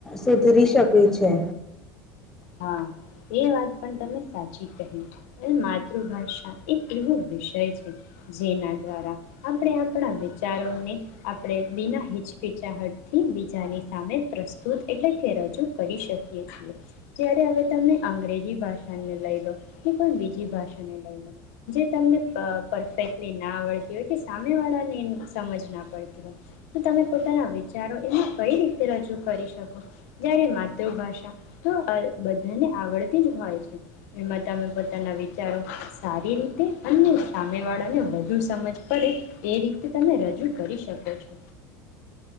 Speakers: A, in the centre; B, on the left.
A: સુધરી શકે છે.
B: હા એ વાત પણ તમે સાચી કહી, ને માતૃભાષા એક એવો વિષય છે જેના દ્વારા આપડે આપણા વિચારોને આપડે બીના હિચકિચાહટથી બીજાની સામે પ્રસ્તુત એટલે કે રજૂ કરી શકીએ છીએ. જ્યારે હવે તમે અંગ્રેજી ભાષાને લઈ લો કે કોઈ બીજી ભાષાને લઈ લો, જે તમને પ પરફેક્ટલી ના આવડતી હોય કે સામેવાળાની સમજ ના પડતી હોય તો તમે પોતાના વિચારો એને કઈ રીતે રજૂ કરી શકો. જ્યારે માતૃભાષા તો અલ બદ ને આવડતી જ હોય છે, એમાં તમે પોતાના વિચારો સારી રીતે અને સામેવાળાને વધુ સમજ પડે એ રીતે તમે રજૂ કરી શકો છો.